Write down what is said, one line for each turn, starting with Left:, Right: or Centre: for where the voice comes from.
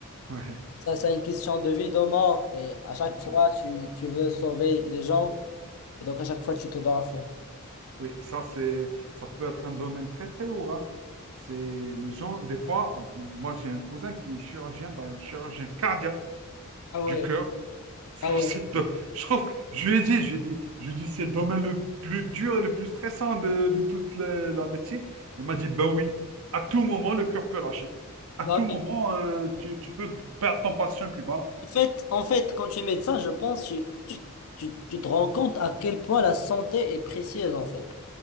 Right: Ouais,
Left: Ça, c'est une question de vie, de mort. Et à chaque
Right: c'est clair.
Left: fois, tu, tu veux sauver les gens. Et donc, à chaque fois, tu te donnes à fond.
Right: Oui, ça c'est, ça peut être un domaine très très lourd. hein. C'est les gens, des fois, moi j'ai un cousin qui est chirurgien, d'ailleurs chirurgien cardiaque.
Left: Ah
Right: du
Left: ouais,
Right: cœur. <laughs> C'est-
Left: ah ouais.
Right: c'est le do- Je trouve que je lui ai dit, je lui ai dit, je lui ai dit, c'est le domaine le plus dur et le plus stressant de, de toute la, la médecine. Il m'a dit, ben oui, à tout moment, le cœur peut lâcher. À
Left: Bah
Right: tout moment,
Left: oui.
Right: euh, tu, tu peux perdre ton patient, puis voilà.
Left: En fait, en fait, quand tu es médecin, je pense tu, tu, tu, tu te rends compte à quel point la santé est précieuse, en fait.